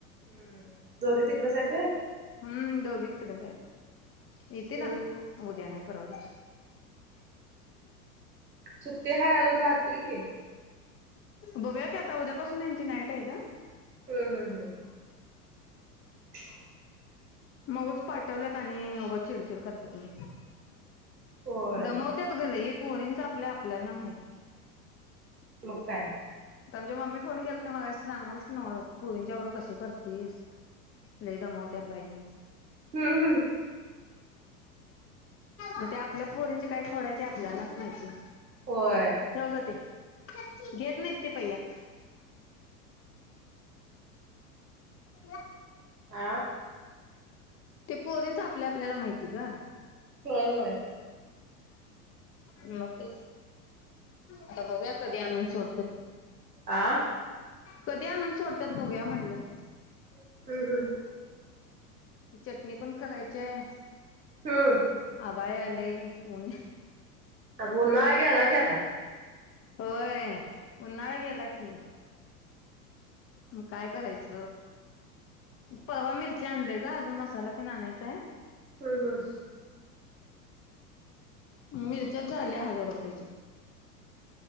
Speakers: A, on the right; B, on the left.
A: हम्म दोघं तिकडंच हाईत व्हय?
B: हम्म दोघे तिकडच हायत. येतीला
A: व्हय
B: उद्या नाइ परवादीशी.
A: सुट्टी हाय अजून राहतील की.
B: बोलुया की आता. उद्यापासून यांची नाईट आहे ग.
A: ह.. ह.. ह <inaudible>
B: मगच पाठवल्यात. आणि अगं चिडचिड करतात म.
A: होय
B: दमवत्यात ग लई. पोरींच आपल्या आपल्याला माहीती.
A: म काय?
B: आमच्या मम्मी फोन केलता. मला असं सांगालच ना पोरींच्या बरोबर कशी करतीयेस? लई दमवत्यात बाई म.
A: हम्म हम्म
B: म त्या आपल्या पोरींच्या काय खोडाच्या आपल्यालाच माहिती.
A: होय
B: ठेऊ जा ते. घेत नाहीत तेे पया <inaudible> <inaudible>
A: आ
B: ते पोरीनच. आपल्या आपल्याला माहीती ग.
A: होय.. होय.
B: मग तेच आता बघुया कधी आणून सोडतोय
A: आ
B: कधी आणून सोडतात बघूया म्हटलं.
A: हम्म हम्म
B: <unintelligible> मी पण करायचे आहे
A: हम्म
B: आबाळ यायलय होय
A: अगं उन्हाळा गेला की आता
B: होय उन्हाळा गेला की. म काय करायच परवा मिरची आणलोय. का अजून मसाला ते आणायचाय.
A: हम्म हम्म
B: मिरच्याच झाल्या हजार रुपयाच्या.